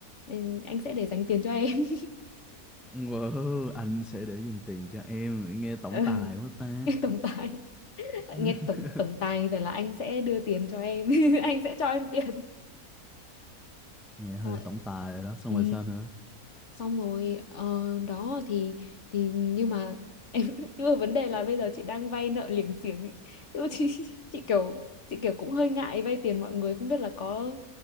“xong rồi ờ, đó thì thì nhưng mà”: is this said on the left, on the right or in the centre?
Left